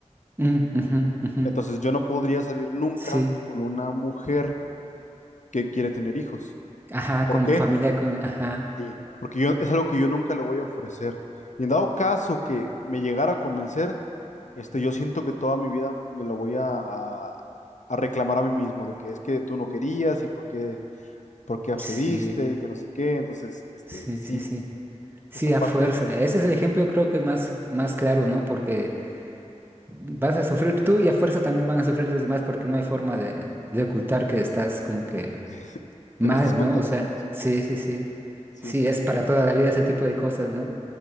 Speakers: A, on the right; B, on the left.
A: mm, ujú, ujú,
B: Entonces yo no podría salir nunca
A: Sí,
B: con una mujer que quiere tener hijos.
A: ajá,
B: ¿Por
A: con
B: qué?
A: familia, con, ajá,
B: Sí, porque yo es algo que yo nunca le voy a ofrecer. Y en dado caso que me llegara a convencer, este, yo siento que toda mi vida me lo voy a, a- a reclamar a mí mismo de que es que tú no querías y por qué, por qué accediste
A: sí,
B: y que no sé qué. Entonces, este,
A: sí,
B: sí,
A: sí, sí. Sí,
B: esa
A: a
B: parte
A: fuerza. Ese es el ejemplo creo que más, más claro, ¿no? Porque vas a sufrir tú y a fuerza también van a sufrir los demás porque no hay forma de, de ocultar que estás como que
B: <laughs> que
A: mal,
B: no estás contento.
A: ¿no? O sea,
B: Sí,
A: sí, sí, sí.
B: sí,
A: Sí,
B: sí es
A: es
B: complicado.
A: para toda la vida ese tipo de cosas, ¿no?